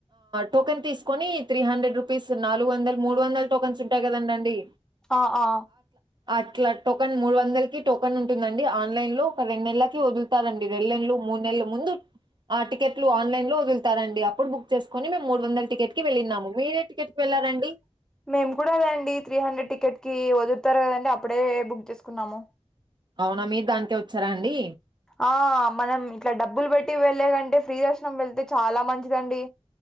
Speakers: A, on the right; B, in the centre.
A: టోకెన్ తీసుకొని త్రీ హండ్రెడ్ రూపీస్ నాలుగు వందల మూడు వంద టోకన్స్ ఉంటాయి కదండ అండి
B: అ ఆ
A: అట్లా టోకన్ మూడు వందలకి టోకెన్ ఉంటుందండి ఆన్లైన్ లో ఒక రెండు నెలకి వదులుతారండి రెండ్ నెలలు మూనెల్లు ముందు ఆ టికెట్ ఆన్లైన్లో వదుల్తారండి అప్పుడు బుక్ చేసుకుని మేము మూడు వందల టికెట్కి వెళ్ళినాము మీరేటికెట్కి వెళ్లారండి
B: మేము కూడా అదేండి త్రీ హండ్రెడ్ టికెట్కి వదుల్తారు కదండి అప్పుడే బుక్ చేసుకున్నాము
A: అవునా మీరు దానికే వచ్చారా అండి
B: ఆ మనం ఇట్లా డబ్బులు బట్టి వెళ్ళే కంటే ఫ్రీ దర్శనం వెళ్తే చాలా మంచిదండి